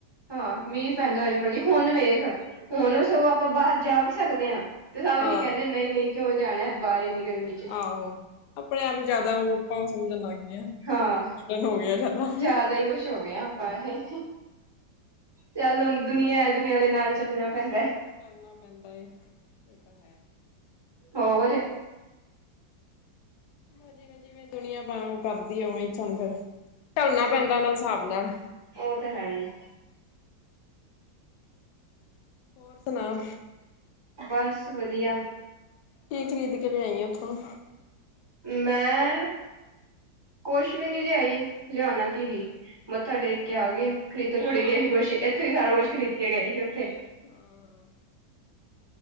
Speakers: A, on the right (about 20°); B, on the left (about 70°).
A: ਹਾਂ ਮੀਂਹ ਪੈਂਦਾ ਏ ਜੇ ਮਰਜ਼ੀ ਹੁਣ ਵੇਖ ਹੁਣ ਵੀ ਸਗੋਂ ਆਪਾਂ ਬਾਹਰ ਜਾ ਵੀ ਸਕਦੇ ਆ। ਤੇ ਸਭ ਅਸੀਂ
B: ਹਾਂ।
A: ਕਹਿੰਨੇ ਨਈ-ਨਈ ਕਿਉਂ ਜਾਣਾ ਐ ਬਾਹਰ ਇੰਨੀ ਗਰਮੀ ਚ
B: ਆਹੋ ਆਪਣੇ ਆਪ ਨੂੰ ਜਿਆਦਾ ਉਹ ਆਪਾਂ ਸਮਝਣ ਲੱਗ ਗਏ। ਆ।
A: ਹਾਂ
B: ਵੀ ਮੋਡਰਨ ਹੋ ਗਿਆ
A: ਜ਼ਿਆਦਾ
B: ਹਾਂ।
A: ਈ ਕੁਛ ਹੋ ਗਏ ਆਪਾਂ ਇਹ। ਚੱਲ ਹੁਣ ਦੁਨੀਆਂ ਐ ਦੁਨੀਆਂ ਦੇ ਨਾਲ ਚੱਲਣਾ ਪੈਂਦਾ
B: ਚੱਲਣਾ ਪੈਂਦਾ ਏ ਇਹ ਤਾਂ ਹੈ।
A: ਹੋਰ-
B: ਹ ਜਿਵੇਂ-ਜਿਵੇਂ ਦੁਨੀਆਂ ਬ ਕਰਦੀ ਏ ਉਵੇ ਹੀ ਚਲ ਚੱਲਣਾ
A: ਸਹੀ
B: ਪੈਂਦਾ ਨਾ ਸਾਬ ਨਾਲ।
A: ਉਹ ਤਾਂ ਹੈ ਹੀ
B: ਹੋਰ ਸੁਣਾ?
A: ਬਸ ਵਧੀਆ।
B: ਕੀ ਖਰੀਦ ਕੇ ਲਿਆਈ ਐ ਉੱਥੋਂ?
A: ਮੈਂ ਕੁਛ ਵੀ ਨੀ ਲਿਆਈ ਲਿਆਉਣਾ ਕਿ ਹੀ ਮੱਥਾ ਟੇਕ ਕੇ ਆ ਗਏ ਖਰੀਦਣ ਥੋੜੀ ਗਏ ਹੀ ਕੁਛ ਇੱਥੋਂ ਹੀ ਸਾਰਾ ਕੁੱਛ ਖਰੀਦ ਕੇ ਗਏ ਹੀ ਉੱਥੇ।
B: ਹਾਂ।